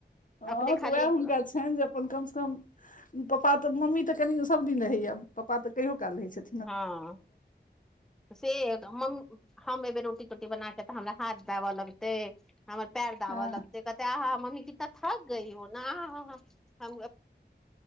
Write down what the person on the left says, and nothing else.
हँ
तऽ
वैह हुनका छैन जे अपन कम सँ कम पापा तऽ मम्मी तऽ कनियो सभ दिन रहै यऽ पापा तऽ कहियो काल रहै छथि
हँ